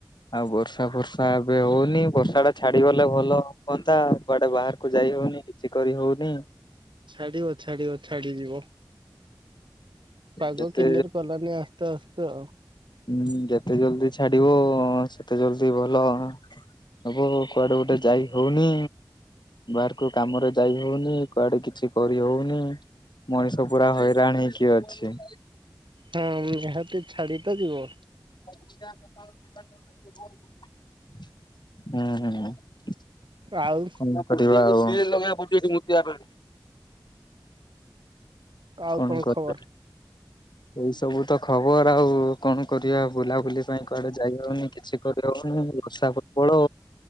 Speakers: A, on the left; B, on the right.
A: ଆଉ ବର୍ଷା ଫର୍ଷା ଏବେ ହଉନି ବର୍ଷା ଟା ଛାଡି ଗଲେ ଭଲ ହୁଅନ୍ତା। କୁଆଡେ ବାହାରକୁ ଯାଇ ହଉନି କିଛି କରି ହଉନି।
B: ଛାଡିବ ଛାଡିବ ଛାଡିଯିବ ପାଗ
A: ଯେତେ
B: କ୍ଲିୟର କଲାନି ଆ। ଆସ୍ତେ-ଆସ୍ତେ।
A: ହୁଁ ଯେତେ ଜଲଦି ଛାଡିବ ସେତେ ଜଲଦି ଭଲ ହବ। କୁଆଡେ ଗୋଟେ ଯାଇ ହଉନି। ବାହାର କୁ କାମ ରେ ଯାଇ ହଉନି କୁଆଡେ କିଛି କରି ହଉନି। ମଣିଷ ପୁରା ହଇରାଣ ହେଇକି ଅଛି।
B: ହୁଁ ନିହାତି ଛାଡି ତ ଯିବ।
A: ହୁଁ-ହୁଁ।
B: ଆଉ।
A: କଣ କରିବା ଆଉ।
B: ଆଉ
A: କଣ କରିବା
B: ଖବର?
A: ଏଇ ସବୁ ତ ଖବର ଆଉ କଣ କରିବା। ବୁଲା ବୁଲି ପାଇଁ କୁଆଡେ ଯାଇ ହଉନି କିଛି କରି ହଉନି ବର୍ଷା ବଳ